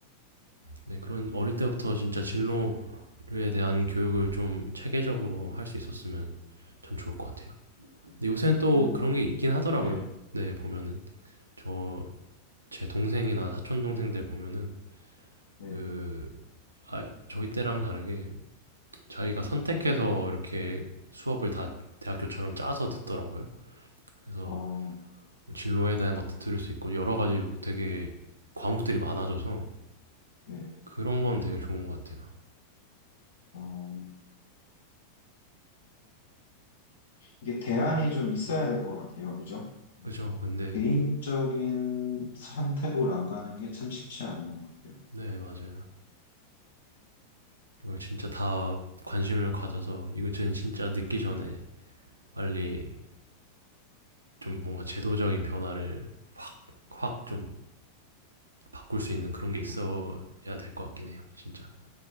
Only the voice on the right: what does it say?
네, 그런 어릴 때부터 진짜 진로에 대한 교육을 좀 체계적으로 할 수 있었으면 참 좋을 것 같아요. 근데 요새는 또
그런 게 있긴 하더라고요.
네, 보면은 저 제 동생이나 사촌 동생들 보면은
그, 아, 저희 때랑 다르게 자기가 선택해서 이렇게 수업을 다 대학교처럼 짜서 듣더라고요. 그래서
뭐 진로에 대한 것도 들을 수 있고 여러 가지 되게 과목들이 많아져서
그런 건 되게 좋은 것 같아요.
그죠? 근데
네, 맞아요. 이걸 진짜 다 관심을 가져서 이거는 진짜 늦기 전에 빨리 좀 뭔가 제도적인 변화를 확, 확 좀 바꿀 수 있는 그런 게 있어야 될 것 같긴 해요. 진짜.